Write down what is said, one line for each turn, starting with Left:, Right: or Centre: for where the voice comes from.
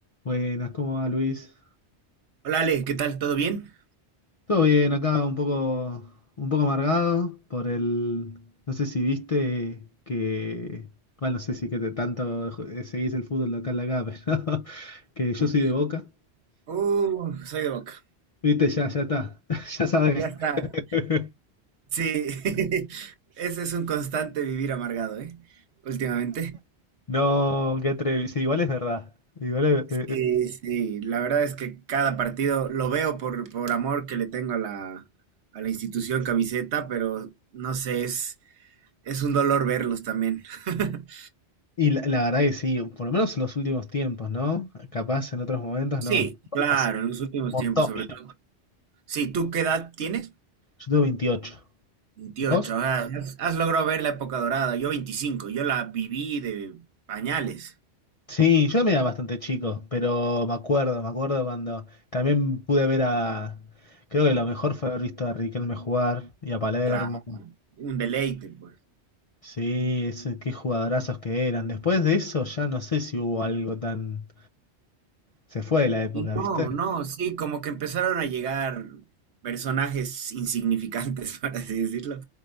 Left: Buenas, ¿cómo va Luis?
Right: Hola Ale, ¿qué tal? ¿Todo bien?
Left: Todo bien, acá un poco, un poco amargado por el. No sé si viste que. Bueno, no sé si que te tanto <laughs> ju- seguís el fútbol local de acá, <laughs> pero que yo
Right: <laughs>
Left: soy de Boca.
Right: Uh, soy de Boca.
Left: Viste, ya, ya está. <laughs> Ya sabes.
Right: Ya está.
Left: <laughs>
Right: Sí, <laughs> ese es un constante vivir amargado, ¿eh? Últimamente.
Left: No, qué atrevido. Sí, igual es verdad. Igual es-
Right: Sí,
Left: eh, eh.
Right: sí, la verdad es que cada partido lo veo por, por amor que le tengo a la, a la institución camiseta, pero no sé, es, Es un dolor verlos también. <laughs>
Left: Y la, la verdad que sí, por lo menos en los últimos tiempos, ¿no? Capaz en otros momentos
Right: Sí,
Left: no.
Right: claro,
Left: Hace un
Right: en los últimos
Left: montón,
Right: tiempos, sobre
Left: mira.
Right: todo. Sí, ¿tú qué edad tienes?
Left: Yo tengo veintiocho
Right: 28.
Left: ¿Vos?
Right: ah, has, has logrado ver la época dorada. Yo 25. Yo la viví de pañales.
Left: Sí, yo también era bastante chico, pero me acuerdo, me acuerdo cuando también pude ver a, creo que lo mejor fue haber visto a Riquelme jugar y a Palermo.
Right: Claro, un deleite, pues.
Left: Sí, ese, qué jugadorazos que eran. Después de eso ya no sé si hubo algo tan... Se fue de la época,
Right: Y no,
Left: ¿viste?
Right: no, sí, como que empezaron a llegar personajes insignificantes, <laughs> para así decirlo,